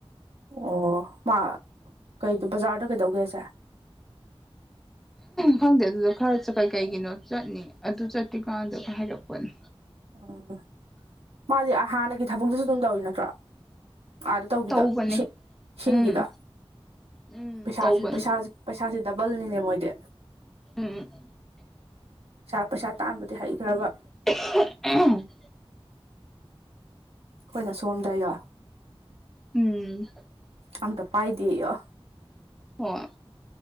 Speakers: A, on the right (about 80°); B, in the centre.
A: ꯑꯣ ꯃꯥ ꯀꯩ ꯕꯖꯥꯔꯗ ꯀꯩꯗꯧꯒꯦꯁꯦ
B: ꯈꯪꯗꯦ ꯑꯗꯨꯗ ꯈꯔ ꯀꯩ ꯀꯩꯒꯤꯅꯣ ꯆꯠꯅꯤ ꯑꯗꯨ ꯆꯠꯇ꯭ꯔꯤꯀꯥꯟꯗ ꯍꯥꯏꯔꯛꯄꯅꯦ
A: ꯑꯥ ꯃꯥꯗꯤ ꯍꯥꯟꯅꯒꯤ ꯊꯕꯛꯇꯨꯁꯨ ꯑꯗꯨꯝ ꯇꯧꯔꯤ ꯅꯠꯇ꯭ꯔꯣ ꯑꯥꯗ ꯇꯧꯕꯤꯗ
B: ꯇꯧꯕꯅꯦ
A: ꯏꯁꯤꯡ ꯏꯁꯤꯡꯒꯤꯗꯣ
B: ꯎꯝ ꯎꯝ
A: ꯄꯩꯁꯥꯁꯤ
B: ꯇꯧꯕꯅꯦ
A: ꯄꯩꯁꯥꯁꯤ ꯄꯩꯁꯥꯁꯦ ꯗꯕꯜꯅꯤꯅꯦ ꯃꯣꯏꯗꯤ
B: ꯎꯝ
A: ꯄꯥ ꯄꯩꯁꯥ ꯇꯥꯟꯕꯗꯤ ꯍꯩꯈ꯭ꯔꯕ
B: <unintelligible>
A: ꯑꯩꯈꯣꯏꯅ ꯁꯣꯝꯗ ꯌꯣ
B: ꯎꯝ
A: ꯑꯝꯇ ꯄꯥꯏꯗꯦ ꯌꯣ
B: ꯍꯣꯏ